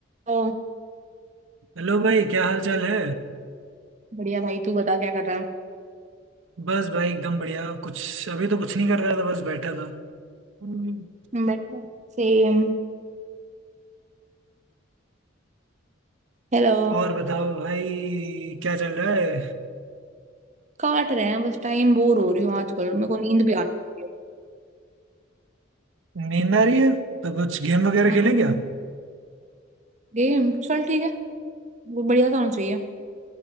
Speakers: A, on the right; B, on the right.
A: ओ
B: Hello भाई क्या हाल चाल है
A: बढ़िया भाई तू बता क्या कर रहा
B: बस भाई एकदम बढ़िया कुछ अभी तो कुछ नहीं कर रहा था बस बैठा था हम्म।
A: है बैठे सेम हेलो
B: और बताओ भाई क्या चल रहा है
A: काट रहे हैं बस टाइम बोर हो रही हूँ आजकल मेरे को नींद भी आने लगी
B: नींद आ रही है तो कुछ गेम वगैरह
A: है हम्म
B: खेलें क्या
A: गेम चल ठीक है वो बढ़िया सा होना चाहिए